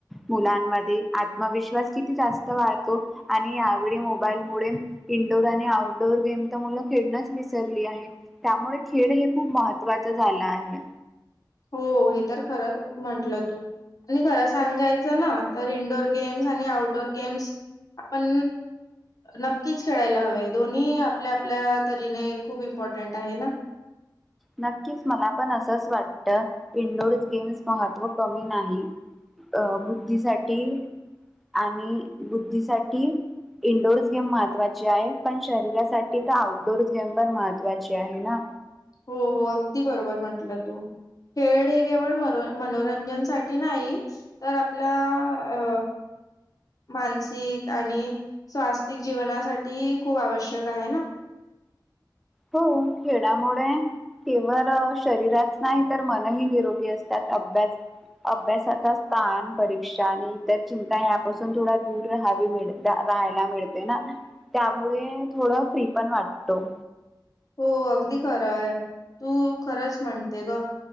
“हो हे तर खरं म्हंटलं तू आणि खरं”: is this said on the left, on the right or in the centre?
Left